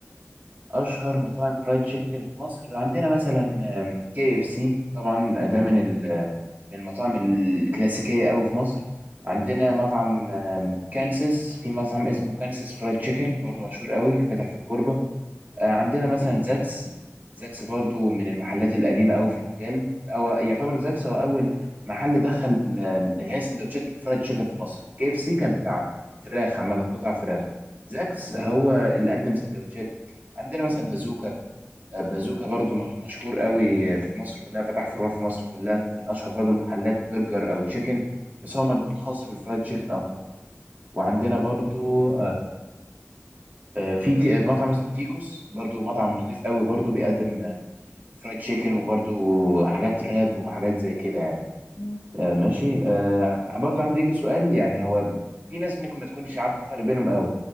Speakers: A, on the right; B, on the left.
A: اشهر مطاعم فرايد تشيكن في مصر عندنا مثلا كي اف سي طبعا ده من ال- من المطاعم الكلاسيكيه قوي في مصر عندنا
B: مم.
A: مطعم آم، كانساس في مطعم اسمه كانساس فرايد تشيكن برضو مشهور قوي فاتح في الكوربه آه،
B: مم.
A: عندنا مثلا زاكس زاكس برضو من المحلات القديمة قوي في المجال هو يعتبر زاكس هو أول محل دخل ال- اللي هي سندوتشات الفرايد تشيكن في مصر كي اف سي كان بتاع فراخ عامة قطع فراخ زاكس هو اللي قدم سندوتشات عندنا مثلا بازوكا آه، بازوكا برضو مش- مشهور قوي في مصر كلها فتح فروع في مصر كلها من أشهر برضو المحلات برجر أو تشيكن بس هو متخصص في الفرايد تشيكن أكتر وعندنا برضو آه، في تي- مطعم اسمه تيكوس برضو مطعم نظيف قوي برضو بيقدم آه، فرايد تشيكن وبرضو حاجات راب وحاجات زي كده يعني
B: مم.
A: آه، ماشي آه، برضو عندي ليك سؤال يعني هو في ناس ممكن ما تكونش عارفة الفرق بينهم قوي